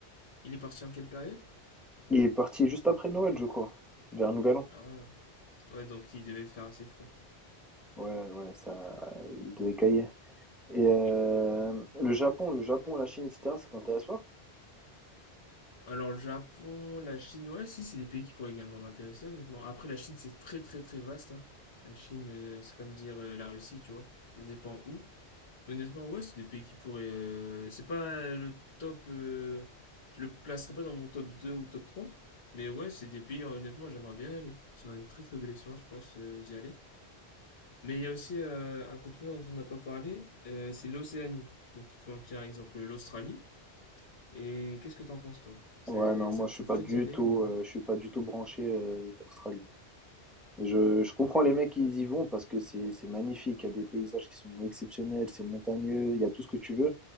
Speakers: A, on the left; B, in the centre.
A: Il est parti en quelle période
B: Il est parti juste après Noël, je crois, vers Nouvel An.
A: Ah, ouais, donc il devait faire assez froid.
B: Ouais, ouais, ça, il devait cailler. Et euh,
A: Et-
B: le Japon, le Japon, la Chine, etc., ça t'intéresse pas?
A: Alors, le Japon, la Chine, ouais, si, c'est des pays qui pourraient également m'intéresser, honnêtement. Après, la Chine, c'est très, très, très vaste. hein. La Chine, euh, c'est comme dire euh, la Russie, tu vois. Ça dépend où. Honnêtement, ouais, c'est des pays qui pourraient. euh, c'est pas euh, le top. euh, je le placerai pas dans mon top 2 ou top 3. Mais ouais, c'est des pays, euh, honnêtement, j'aimerais bien y aller. C'est une très très belle expérience, je pense, euh, d'y aller. Mais il y a aussi euh, un continent dont on n'a pas parlé, euh, c'est l'Océanie. Donc qui contient, par exemple, l'Australie. Et qu'est-ce que t'en penses, toi? C'est,
B: Ouais, non,
A: ça
B: moi,
A: te
B: je suis
A: chaufferait
B: pas du
A: d'y aller
B: tout,
A: ou.
B: euh, je suis pas du tout branché euh, australien. Je, je comprends les mecs qui y vont parce que c'est c'est magnifique, il y a des paysages qui sont exceptionnels, c'est montagneux, il y a tout ce que tu veux.